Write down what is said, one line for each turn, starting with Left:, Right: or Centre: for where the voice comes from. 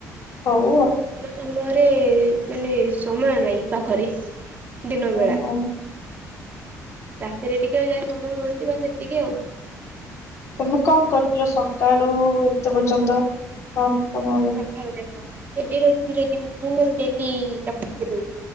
Left: ହଉ
Right: ସମୟରେ, ମାନେ ସମୟ ନାହିଁ ପାଖରେ, ଦିନବେଳା।
Left: ଆଉ କଣ
Right: ରାତିରେ ଟିକେ ଯାହା ସମୟ ମିଳୁଛି ବାସ୍‌ ସେତିକି ଆଉ।
Left: ତମେ କଣ କରୁଛ, ସକାଳୁ ଏତେ ପର୍ଯ୍ୟନ୍ତ? <unintelligible>
Right: ସଖାଳୁ ଦେଖ, ଡେଲି ଯାଉଥିବି ଯଦି, ମୁଁ ମୋର ଡେଲି ଚପଲ ଧୋଉଛି।